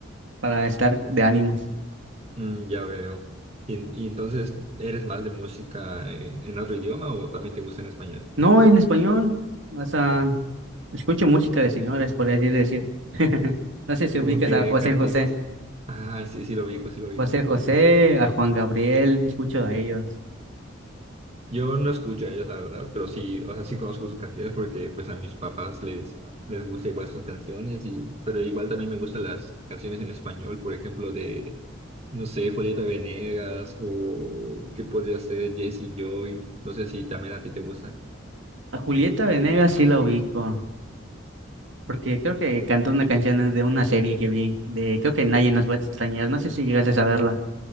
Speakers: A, on the right (about 70°); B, on the right (about 35°).
A: para estar de ánimos.
B: Mm, ya veo. Y, y entonces, ¿eres más de música en, en otro idioma o también te gusta en español?
A: No en español, o sea, escucho música de señores, por así decir. <laughs> No sé si
B: Como
A: ubicas
B: que,
A: a José
B: ¿qué artistas?
A: José,
B: Ah, sí, sí lo ubico, sí lo ubico.
A: José José, a Juan Gabriel, escucho a ellos.
B: Yo no escucho a ellos, la verdad, pero sí, o sea, sí conozco sus canciones porque pues a mis papás les, les gusta igual sus canciones, y, pero igual también me gustan las canciones en español, por ejemplo, de, no sé, Julieta Venegas o qué podría ser Jesse Joy, no sé si también a ti te gusta.
A: A Julieta Venegas sí la ubico, Porque creo que cantó una canción de una serie que vi, de creo que Nadie nos va a extrañar, no sé si llegaste a saberla.